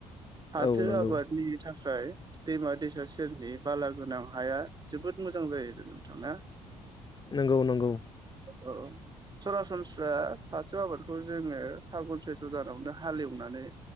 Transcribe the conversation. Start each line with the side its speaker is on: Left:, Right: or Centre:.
Right: फाथो
Left: औ नंगौ
Right: आबादनि थाखाय दैमा दैसा सेरनि बालागोनां हाया जोबोद मोजां जायो नोंथां ना
Left: नंगौ नंगौ
Right: <inaudible> सरासनस्रा फाथौ आबादखौ जोङो फागुन सैथ्र' दानावनो हाले एवनानै